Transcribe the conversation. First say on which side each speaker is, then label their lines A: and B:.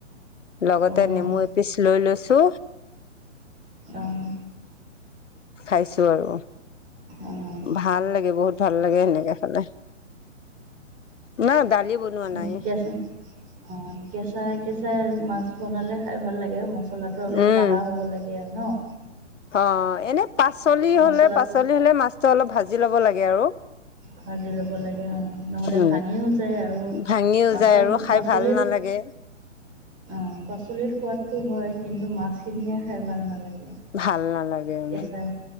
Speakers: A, on the left (about 75°); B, on the right (about 20°).
A: লগতে
B: অঁ
A: নেমু এপিচ লৈ লৈছো চো
B: আহ
A: খাইছো আৰু,,
B: অঁ
A: ভাল লাগে বহুত ভাল লাগে সেনেকে খালে। ন দালি বনোৱা
B: উ
A: নাই
B: কেচা অ কেঁচা ছাৰ মাছ বনালে খাই ভাল লাগে মছলাটো অলপ
A: উম
B: কাহা হ'ব লাগে আৰু ন?
A: অ এনে পাচলি
B: মছলাটো
A: হলে পাচলি হলে মাছটো অলপ ভাজি ল'ব লাগে আৰু
B: ভাজি ল'ব লাগে অ নহ'লে
A: উ
B: ভাঙিও যায় আৰু
A: ভাঙিও
B: মাছত
A: যায় আৰু খাই
B: পাচলিত
A: ভাল নালাগে। উ <unintelligible>
B: অ' পাচলিৰ সোৱাদটো হয় কিন্তু মাছখিনিয়ে খাই ভাল নালাগে।
A: ভাল নালাগে আৰু
B: কেঁচা